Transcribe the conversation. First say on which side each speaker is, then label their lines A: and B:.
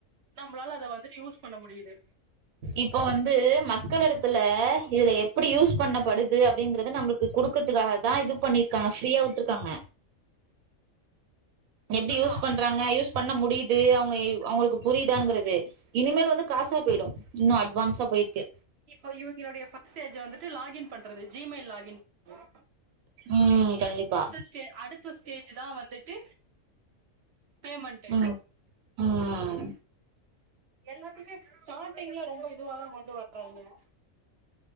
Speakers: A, on the right; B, on the right.
A: நம்மளால அதை வந்துட் யூஸ் பண்ண முடியுது
B: இப்போ வந்து மக்கள் எடத்துல இதுல எப்பிடி யூஸ் பண்ணப்படுது அப்டிங்கறத நம்மளுக்கு இது குடுக்கறதுக்காக தா இது பண்ணியிருக்காங்க ஃப்ரீயா வுட்ருக்காங்க எப்டி
A: அதா
B: யூஸ் பண்றாங்க யூஸ் பண்ண முடியுது அவுங்க அவுங்களுக்கு புரியுதான்ங்கிறது இனிமேல வந்து காசா போயிடு இன்னு அட்வான்ஸா போயிருக்கு
A: இப்போ இவுங்களுடைய ஃபஸ்டேஜ் வந்துட்டு லாகின் பண்றது ஜிமெயில் லாகின் பண்றது
B: ம்ம் கண்டிப்பா
A: செ அடுத்த ஸ்டேஜ் தா வந்துட்டு பேமெண்ட்டு
B: ம் ம்
A: எல்லாத்துமே ஸ்டார்ட்டிங்ல ரொம்ப இதுவா தான் கொண்டு வர்றாங்ய